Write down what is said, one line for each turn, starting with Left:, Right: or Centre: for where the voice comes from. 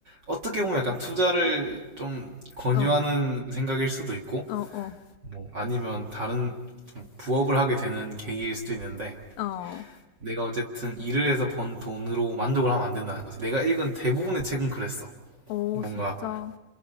Right: 어떻게 보면 약간 투자를 좀 권유하는
Left: 어,
Right: 생각일 수도 있고
Left: 어, 어,
Right: 뭐 아니면 다른 좀 부업을 하게 되는 계기일 수도 있는데
Left: 어,
Right: 내가 어쨌든 일을 해서 번 돈으로 만족을 하면 안 된다는 거지. 내가 읽은 대부분의 책은 그랬어.
Left: 어,
Right: 뭔가
Left: 진짜.